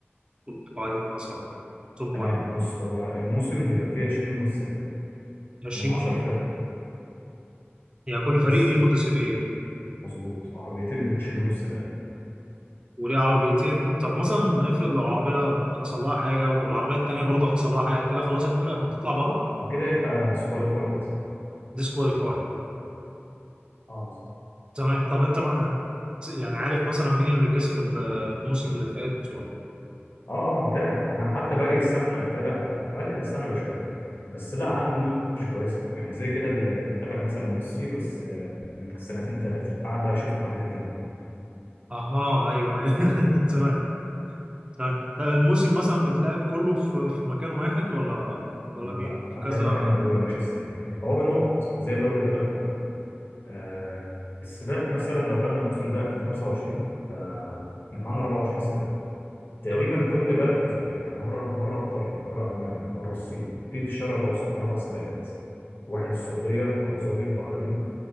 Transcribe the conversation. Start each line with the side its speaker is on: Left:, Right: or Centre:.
Right: توب فايف مثلا ولا توب
Left: تمام
Right: 1
Left: بص هو الموسم بيبقى فيه 20 متسابق
Right: 20
Left: من 10 فرق
Right: يعني كل
Left: بس
Right: فريق ليه متسابقين
Left: مظبوط عربيتين بيخش بيهم السباق
Right: وليه عربيتين طب مثلا افرض لو عربية حصل لها حاجة والعربية التانية برضه حصل لها حاجة كده خلاص الفرقة دي بتطلع بره
Left: بعد كده يبقى ديسكواليفايد
Right: ديسكواليفاي
Left: اه بالظبط
Right: تمام طب انت مع... يعني عارف مثلا مين اللي كسب ال- الموسم اللي فات ولا
Left: اه اه متابع انا حتى بقالي السنه بتابع اقل من السنه بشويه بس لا عندي نولج كويس يعني زي كده اللي تابع مثلا ميسي بس آه، من سنتين ثلاثه قعد بقى اشوف حاجات قديمه
Right: اها ايوه أيوة. <laughs> تمام تمام طب الموسم مثلا بتلعب كله في في مكان واحد ولا ولا
Left: لا
Right: بي- في
Left: افهمك
Right: كذا
Left: انا الدوري ماشي ازاي هو بالنقط زي دوري كده الكوره آه السباق مثلا لو خدنا الموسم ده 2025 فاحنا معانا 24 سباق تقريبا
Right: تم-
Left: كل بلد في سباق يعني مره مره ايطاليا مره المانيا مره الصين في في الشرق الاوسط اربع سباقات واحد السعوديه ابو ظبي البحرين